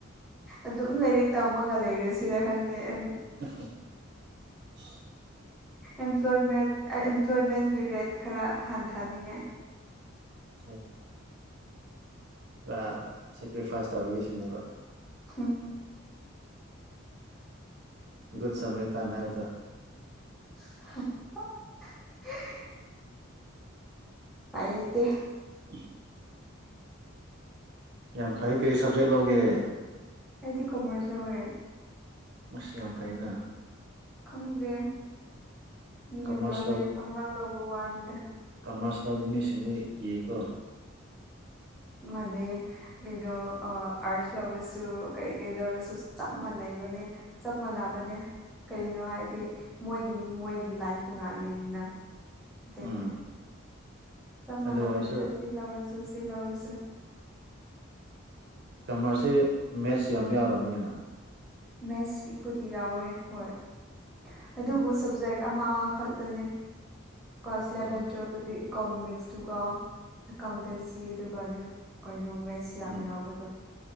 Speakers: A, in the centre; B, on the right (about 50°).
A: ꯑꯗꯨꯝ ꯂꯥꯏꯔꯤꯛ ꯇꯝꯃꯒ ꯂꯩꯔꯁꯤꯔ ꯈꯪꯗꯦ ꯑꯦꯝ
B: <inaudible>
A: ꯑꯦꯝꯄ꯭ꯂꯣꯏꯃꯦꯠ ꯑꯥ ꯑꯦꯝꯄ꯭ꯂꯣꯏꯃꯦꯟꯒꯤ ꯔꯦꯠ ꯈꯔ ꯍꯟꯊꯅꯤꯡꯉꯥꯏ
B: ꯑꯁ ꯑꯥ ꯁꯦꯀ꯭ꯔꯤꯐꯥꯏꯁ ꯇꯧꯔꯒꯦ ꯁꯤꯅꯦꯕ
A: ꯎꯝ
B: ꯒꯨꯨꯠ ꯁꯃꯤꯔ ꯇꯥꯟ ꯍꯥꯏꯕꯗꯣ
A: <inaudible> ꯄꯥꯏ ꯂꯩꯇꯦ
B: <inaudible> ꯌꯥꯝ ꯐꯩ ꯀ꯭ꯔꯤ ꯁꯕꯖꯦꯛ ꯂꯧꯒꯦ
A: ꯑꯩꯗꯤ ꯀꯣꯃꯔꯁ ꯂꯧꯋꯦ
B: ꯑꯁ ꯌꯥꯝ ꯐꯩꯅ
A: ꯈꯪꯗꯦ ꯃꯤꯅ
B: ꯀꯃꯔꯁ
A: ꯂꯧꯋꯦꯅ ꯄꯪꯂꯥꯎ ꯂꯧꯕ ꯋꯥꯅꯤꯗ
B: ꯀꯃꯔꯥꯁ ꯂꯧꯕ ꯃꯤꯁꯤꯡꯗꯤ ꯀꯤꯌꯦꯀꯣ
A: ꯃꯅꯦ ꯀꯩꯅꯣ ꯑꯥ ꯑꯥꯔꯠꯁ ꯂꯧꯔꯁꯨ ꯀꯩ ꯀꯩ ꯂꯧꯔꯁꯨ ꯆꯞ ꯃꯥꯟꯅꯩꯕꯅꯦ ꯆꯞ ꯃꯥꯟꯅꯕꯅꯦ ꯀꯩꯅꯣ ꯍꯥꯏꯗꯤ ꯃꯣꯏꯒꯤ ꯃꯣꯏꯒꯤ ꯂꯥꯏꯟ ꯇꯣꯉꯥꯜꯂꯤꯗꯅ ꯑꯗꯨꯅꯦ
B: ꯎꯝ
A: ꯆꯞ ꯃꯥꯟꯅꯕꯅꯦ
B: ꯑꯗꯨ ꯑꯣꯏꯔꯁꯨ
A: ꯑꯥꯁꯤ ꯂꯧꯔꯁꯨ ꯁꯤ ꯂꯧꯔꯁꯨ
B: ꯀꯃꯔꯁꯁꯦ ꯃꯦꯠꯁ ꯌꯥꯝ ꯌꯥꯎꯔꯝꯒꯅꯤꯅ
A: ꯃꯦꯠꯁ ꯄꯤꯄꯨꯗꯤ ꯌꯥꯎꯋꯦ ꯍꯣꯏ ꯑꯗꯨꯕꯨ
B: ꯎꯝ
A: ꯁꯕꯖꯦꯛ ꯑꯃ ꯈꯛꯇꯅꯦ ꯀ꯭ꯂꯥꯁ ꯏꯂꯚꯦꯟ
B: ꯎꯝ
A: ꯇꯨꯋꯦꯜ ꯑꯗꯨꯗꯤ ꯏꯀꯣꯅꯣꯃꯤꯛꯁꯇꯨꯒ ꯑꯦꯀꯥꯎꯟꯇꯦꯟꯁꯤ ꯑꯗꯨꯒꯅꯦ ꯀꯩꯅꯣ ꯃꯦꯠꯁ ꯀꯌꯥꯝ
B: ꯎꯝ
A: ꯌꯥꯎꯕꯗꯣ